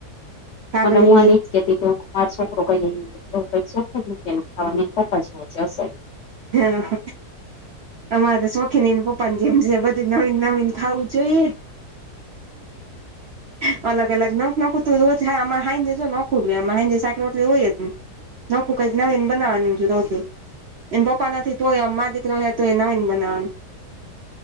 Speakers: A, on the right (about 60°); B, on the left (about 80°).
A: કાકડી
B: મને હું ચ કે <inaudible> છોકરો કહી શોખ જ નથી કે ખાવાનો આ છોકરો તો એના પપ્પા જેવો છે અસલ.
A: હા અમારે શોખીને એને પપ્પા જેમ બધું નવીન નવીન ખાવું જોઈએ. હ અલગ અલગ નખ નખું તું રોજ હા અરે હાઈજે જો નખું હાઈે સાકટલી હોય જને નખું કઈક નાને બનાવવાની એને પપ્પા ના તોય અ દીકરી તો એનાન બનાવવાન.